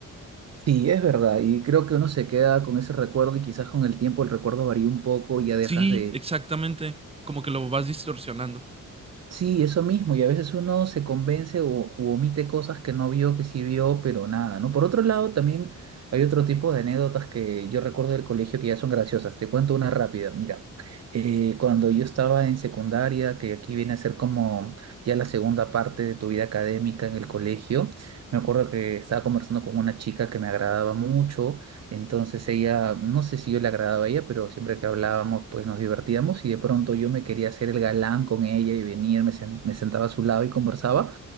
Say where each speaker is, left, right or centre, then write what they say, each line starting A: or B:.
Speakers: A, on the right; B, on the right.
A: Sí, es verdad, y creo que uno se queda con ese recuerdo y quizás con el tiempo el recuerdo varía un poco y ya dejas
B: Sí,
A: de
B: exactamente. Como que lo vas distorsionando.
A: Sí, eso mismo, y a veces uno se convence o u omite cosas que no vio, que sí vio, pero nada, ¿no? Por otro lado, también hay otro tipo de anécdotas que yo recuerdo del colegio que ya son graciosas. Te cuento una rápida. Mira, eh, cuando yo estaba en secundaria, que aquí viene a ser como ya la segunda parte de tu vida académica en el colegio, me acuerdo que estaba conversando con una chica que me agradaba mucho entonces ella, no sé si yo le agradaba a ella, pero siempre que hablábamos, pues nos divertíamos y de pronto yo me quería hacer el galán con ella y venir, me, sen- me sentaba a su lado y conversaba.